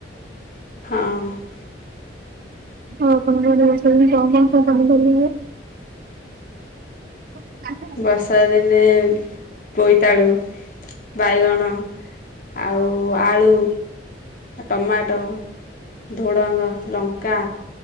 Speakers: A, on the left; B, on the right.
A: ହଁ।
B: ଆପଣଙ୍କ ଘରେ ସବୁ କଣ କଣ ପନିପରିବାହୁଏ? <unintelligible>
A: ବର୍ଷା ଦିନେ ବୋଇତାଳୁ ବାଇଗଣ ଆଉ ଆଳୁ, ଟମାଟୋ।
B: <inaudible>
A: ଧୂଡ଼ଙ୍ଗ, ଲଙ୍କା।